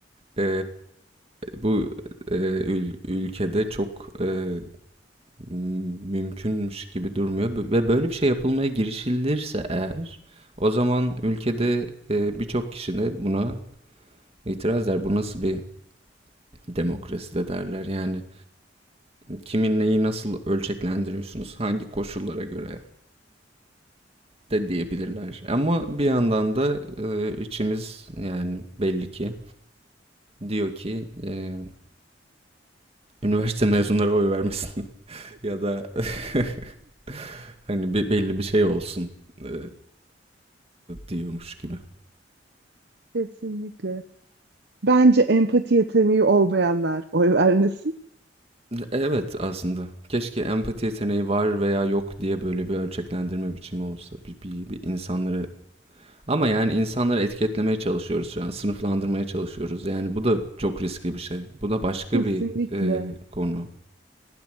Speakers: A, on the right; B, on the right.
A: e, bu e, ül- ülkede çok e, mümkünmüş gibi durmuyor ve böyle bir şey yapılmaya girişilirse eğer o zaman ülkede, eee, birçok kişi de buna itiraz eder. Bu nasıl bir demokrasi de derler. Yani, kimin neyi nasıl ölçeklendiriyorsunuz, hangi koşullara göre de diyebilirler. Ama bir yandan da, eee, içimiz yani belli ki diyor ki, eee, üniversite mezunları oy vermesin <laughs> ya da <laughs> hani belli bir şey olsun, eee, diyormuş gibi.
B: Kesinlikle. Bence empati yeteneği olmayanlar oy vermesin.
A: Evet aslında. Keşke empati yeteneği var veya yok diye böyle bir ölçeklendirme biçimi olsa. Bir, bir, bir insanları ama yani insanları etiketlemeye çalışıyoruz şu an. Sınıflandırmaya çalışıyoruz. Yani bu da çok riskli bir şey. Bu da başka
B: Kesinlikle.
A: bir e, konu.